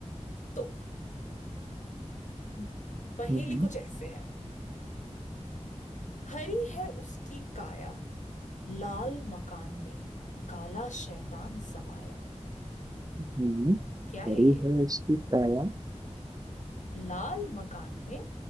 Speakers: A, on the left; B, on the right.
A: तो हम्म, पहेली
B: हम्म हम्म
A: कुछ ऐसे है हरी है उसकी काया लाल मकान में काला शैतान समाया
B: हम्म,
A: क्या
B: बड़ी
A: है ये
B: है इसकी पैरा
A: लाल मकान में